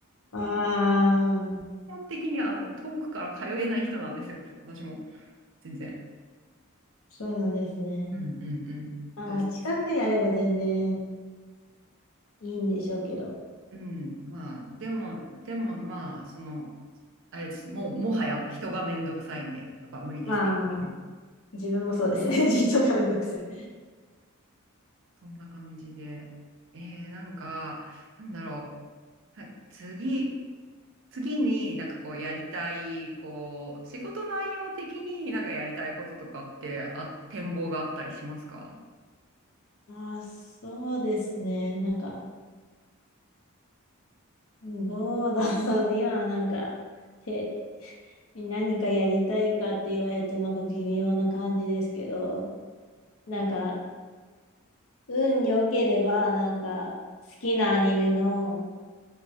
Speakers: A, on the left (about 65°); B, on the right (about 60°).
A: ああ、
B: 基本的にあの、遠くから通えない人なんですよ、私も。全然。
A: そうなんですね。
B: うんうんうん。
A: まあ、
B: そうですね。
A: まあ近くにあれば全然いいんでしょうけど。
B: うん。まあ、でも、でもまあ、その、あれです。もう、もはや人がめんどくさいんで、やっぱ無理ですね。
A: まあ、
B: うん
A: 自分もそうですね。<laughs> 自分がめんどくさい。
B: そんな感じで。えー、なんか、なんだろう。はい次、次になんかこうやりたい、こう、仕事内容的になんかやりたいこととかって、あ、展望があったりしますか
A: まあ、そうですね。なんか、どうだろう。今はなんか、て、何かやりたいかって言われるとなんか微妙な感じですけど、なんか、運良ければ、なんか、好きなアニメの